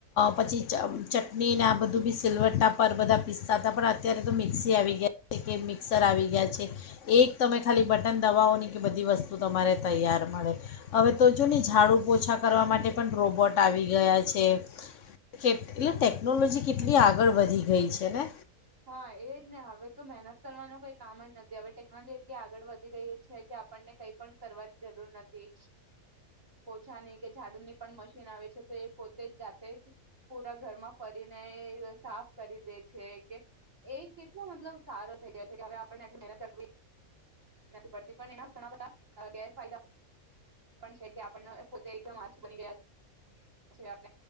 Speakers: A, on the left; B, on the right.
A: પછી ચટણીને આ બધું બી સીલવટા પર બધા પીસ્તા હતા પણ અત્યારે તો મિક્સી આવી ગયા છે કે મિક્સર આવી ગયા છે. એક તમે ખાલી બટન દબાવો નહી કે બધી વસ્તુ તમારે તૈયાર મળે, હવે તો જો ને ઝાડું ઓછા કરવા માટે પણ રોબોટ આવી ગયા છે, એટલે ટેકનોલોજી કેટલી આગળ વધી ગઈ છે ને.
B: હા એજ ને હવે તો મહેનત કરવાનું કોઈ કામ જ નથી હવે ટેકનોલોજી એટલી આગળ વધી રહી છે કે આપણને કઈ પણ કરવાની જરૂર નથી, પોછાની કે ઝાડુની પણ મશીન આવે છે તો એ પોતે જ જાતે જ પૂરા ઘરમાં ફરીને સાફ કરી દે છે. એ કેટલો મતલબ સારો થઈ ગયો છે કે હવે આપને આટલી મહેનત કરવી પડતી પણ એના ઘણા બધા ગેરફાયદા પણ છે કે આપ પોતેમ આું બની ગયાટ